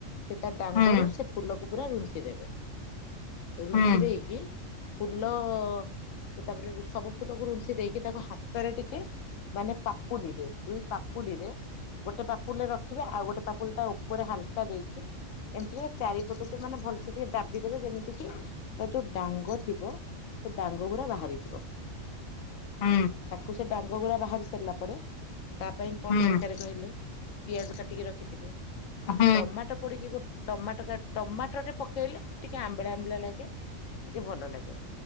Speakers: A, on the left; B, on the left.
A: ସେ ତା ଡାଙ୍ଗରୁ
B: ହୁଁ
A: ସେ ଫୁଲକୁ ପୁରା ରୁନ୍ଥିି ଦେବେ। ରୁନ୍ଥି
B: ହୁଁ
A: ଦେଇକି ଫୁଲ କୁ ତାପରେ ସବୁ ଫୁଲକୁ ରୁନ୍ଥିି ଦେଇକି ତାକୁ ହାତରେ ଟିକେ ମାନେ ପାପୁଲିରେ ଦୁଇ ପାପୁଲିରେ ଗୋଟେ ପାପୁଲିରେ ରଖିବେ ଆଉ ଗୋଟେ ପାପ୍ ଉଲ୍ଟା ଉପରେ ହାଲକା ଦେଇକି ଏମିତିରେ ଚାରିପଟକୁ ମାନେ ଭଲସେ ଟିକେ ଦାବି ଦେବେ ଯେମିତି ତାର ଯୋଉ ଡାଙ୍ଗ ଥିବ ସେ ଡାଙ୍ଗ ଗୁରା ବାହାରିଯିବ।
B: ହୁଁ
A: ତାକୁୁ ସେ ଡାଗ୍ ଡାଙ୍ଗ ଗୁଡ଼ା ବାହାରି ସାରିଲା ପରେ ତା ପାଇଁ କଣ
B: ହୁଁ
A: ଦରକାର କହିଲେ? ପିଆଜ କାଟିକି ରଖିଥିବେ।
B: ହୁଁ ହୁଁ
A: ଟମାଟୋ ପଡିକି ଗୋ ଟମାଟ କା-ଟମାଟଟେ ପକେଇଲେ ଟିକେ ଆମ୍ ଆମ୍ବିଳା ଲାଗେ ଟିକେ ଭଲ ଲାଗେ